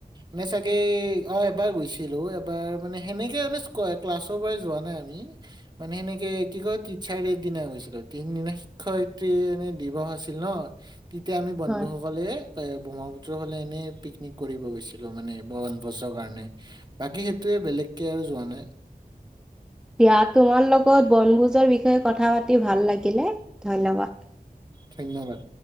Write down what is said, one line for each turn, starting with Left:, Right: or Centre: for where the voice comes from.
Right: নে চাগে অহ এবাৰ গৈছিলোঁ এবাৰ মানে সেনেকে আৰু স্কয়। ক্লাছৰ পৰাই যোৱা নাই আমি মানে সেনেকেই। কি কয় টিচাৰ দে দিনা গৈছিলোঁ তিনদিনা শিক্ষয়িত্ৰী এনেই দিৱস আছিল ন। তেতিয়া আমি বন্ধুসকলে।
Centre: হয়।
Right: এই ব্ৰহ্মপুত্ৰৰ ফালে এনেই পিকনিক কৰিব গৈছিলোঁ মানে বনভোজৰ কাৰণে। বাকী সেইটোৱে বেলেগেকে আৰু যোৱা নাই।
Centre: দিয়া তোমাৰ লগত বনভোজৰ বিষয়ে কথা পাতি ভাল লাগিলে ধন্যবাদ।
Right: ধন্যবাদ।